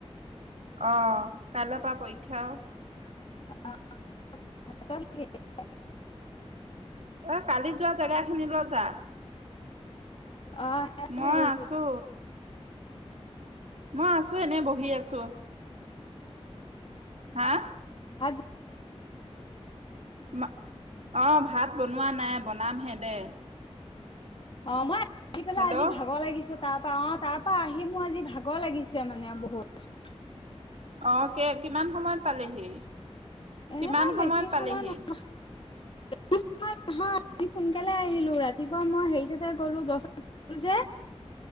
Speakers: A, on the right (about 80°); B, on the left (about 50°).
A: অঁ, কাইলৈ পৰা পৰীক্ষা আও।
B: <unintelligible>
A: এ কালি যোৱা জেগাখিনিলৈ যা।
B: অ'
A: মই
B: আহিছো
A: আছো, মই আছো এনে বহি আছো। হা।
B: <unintelligible>
A: মা, অ, ভাত বনোৱা নাই বনাম হে দে।
B: অঁ মই আহি পেলাই
A: হেল্ল'
B: আজি ভাগৰ লাগিছ তাৰ পৰা, অ' তাৰ পৰা আহি মোৰ আজি ভাগৰ লাগিছে মানে বহুত।
A: অ' কে কিমান সময়ত পালিহি।
B: এ
A: কিমান সময়ত
B: বেছি
A: পালেহি।
B: সময় <unintelligible> সোনকালে আহিলো ৰাতিপুৱা মই হেৰি ততে গলো দহটা যে গলোযে,